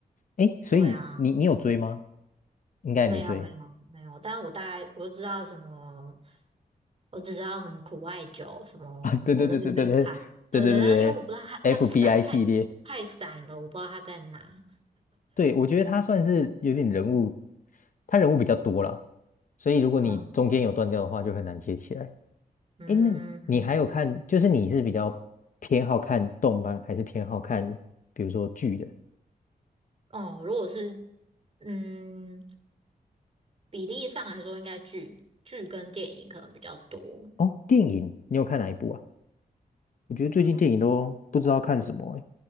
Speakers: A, on the left; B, on the right.
A: 哎，所以你你有追吗？
B: 对啊，
A: 应该也没追
B: 没有没有没有，但我大概我就知道什么我只知道什么苦艾酒什么，
A: 啊。<laughs> 对对对对对对
B: 我那边没有看。
A: 对对对对，FBI
B: 对对，但因为我不知道它它散太太散了，
A: 系列，
B: 我不知道它在哪。
A: 对，我觉得他算是有点人物，他人物比较多啦，所以如果你中间有断掉的话，
B: 嗯
A: 就很难接起来。
B: 嗯
A: 哎，那你还有看，就是你是比较偏好看动漫，还是偏好看比如说剧的？
B: 哦，如果是嗯比例上来说，应该剧剧跟电影可能比较多。
A: 哦，电影，你有看哪一部啊？我觉得最近电影都不知道看什么哎，
B: 嗯